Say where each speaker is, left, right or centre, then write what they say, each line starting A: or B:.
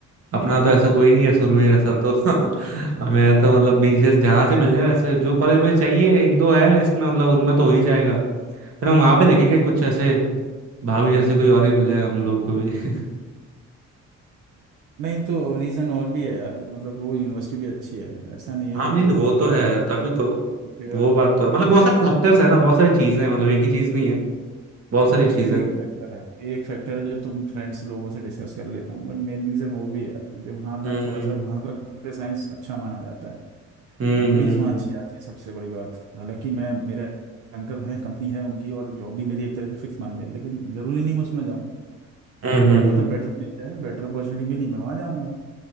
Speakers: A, on the right; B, on the right.
A: अपना तो ऐसा कोई नहीं है सुरभि ऐसा तो <laughs> मेरा तो मतलब बीसीएस जहां से मिल जाए वैसे जो कॉलेज मुझे चाहिए एक दो है लिस्ट में मतलब उनमें तो हो ही जाएगा फिर हम वहां पे देखेंगे कुछ ऐसे भाभी जैसे कोई और ही मिल जाए हम लोगों को भी <laughs>
B: नहीं तो रीज़न और भी है यार मतलब वो यूनिवर्सिटी भी अच्छी है ऐसा नहीं है
A: हाँ
B: कि
A: नहीं
B: केवल
A: वो तो
B: वही
A: है
B: दी
A: तभी तो
B: है
A: वो बात तो है मतलब बहुत सारे फैक्टर्स है ना बहुत सारी चीजें हैं मतलब एक ही चीज नहीं है बहुत सारी
B: वो
A: चीजें
B: तो एक
A: हैं
B: फैक्टर है एक फैक्टर है जो तुम फ्रेंड्स लोगों से डिस्कस कर लेता हूँ बट मेन रीज़न वो भी है यार मुझे वहाँ ना
A: हम्म
B: थोड़ा सा वहाँ का कंप्यूटर साइंस अच्छा माना जाता है
A: हम्म
B: कंपनीज
A: हम्म
B: वहाँ अच्छी आती है सबसे बड़ी बात हालांकि मैं मेरे अंकल हैं कंपनी है उनकी और जॉब भी मेरी एक तरह से फिक्स मांग ले लेकिन ज़रूरी नहीं मैं उसमें जाऊँ
A: हम्म
B: मुझे क्या
A: हम्म,
B: पता बेटर मिल जाए बेटर अपॉर्चुनिटी मिली मैं वहाँ जाऊँगा